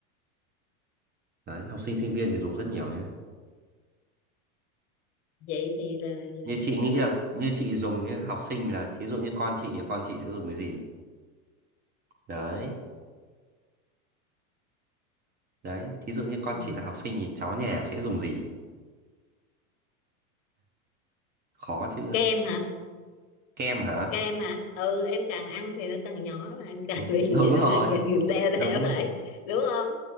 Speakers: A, on the right; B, on the left.
A: đấy học sinh sinh viên thì dùng rất nhiều nhé
B: vậy thì là, là
A: như chị nghĩ là như chị dùng nhé học sinh là thí dụ như con chị thì con chị sẽ dùng cái gì đấy đấy thí dụ như con
B: ừ,
A: chị là học sinh thì cháu nhà sẽ dùng gì khó chưa
B: kem hả
A: kem hả
B: kem hả ừ em càng ăn thì nó càng nhỏ là em
A: <laughs>
B: càng
A: Ừ,
B: biến
A: đúng
B: thì nó
A: rồi
B: càng <laughs> teo
A: đúng
B: teo lại
A: rồi
B: đúng không